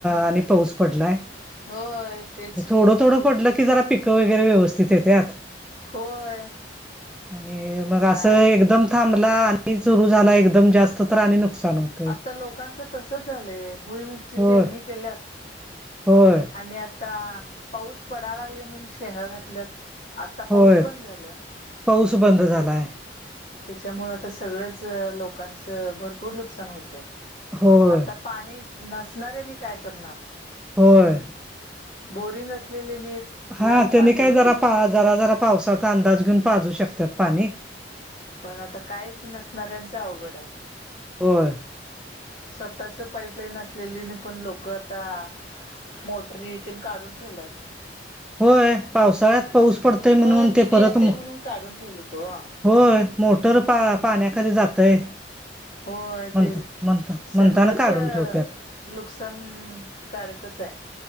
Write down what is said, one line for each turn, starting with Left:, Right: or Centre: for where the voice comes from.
Centre: आणि पाऊस पडलाय
Left: होय तेच की
Centre: थोडं थोडं पडलं की जरा पिक वगैरे व्यवस्थित तिथे त्यात
Left: होय
Centre: आणि मग
Left: काय
Centre: अस एकदम थांबला आणि सुरू झाला एकदम जास्त तर आणि नुकसान होत
Left: आता लोकांच तसच झालंय भुईमुगची
Centre: होय
Left: पेरणी केल्यात
Centre: होय
Left: आणि आ -- -ता पाऊस पडा लागलय म्हणून शेंगा घातल्यात आता पाऊस
Centre: होय
Left: बंद झालं
Centre: पाऊस बंद झालाय
Left: त्याच्यामुळ आता सगळच लोकांचं भरपूर नुकसान होतय
Centre: होय
Left: आता पाणी नसणाऱ्यांनी काय करणार
Centre: होय
Left: बोरिंग असलेलेनी एक.
Centre: हा
Left: वेळ
Centre: त्यांनी
Left: पाजवतील
Centre: काय जरा पा जरा जरा पावसाचा अंदाज घेऊन पाजू शकतात पाणी.
Left: पण आता कायच नसणाऱ्यांच अवघड आहे.
Centre: होय
Left: स्वतःच पाईपलाईन असलेली नी पण लोक आता मोटरीतीन काढून ठेवल्यात
Centre: होय पावसाळ्यात पाऊस पडतय म्हणून
Left: होय नदी
Centre: ते परत
Left: येतय
Centre: म
Left: म्हणून काढून ठेवलीत ओ.
Centre: होय मोटर पा पाण्याखाली जातय
Left: होय
Centre: म्हणता
Left: ते
Centre: म्हणता
Left: सगळंच
Centre: म्हणताना काढून ठेवत्यात
Left: लुकसानकारकच हाय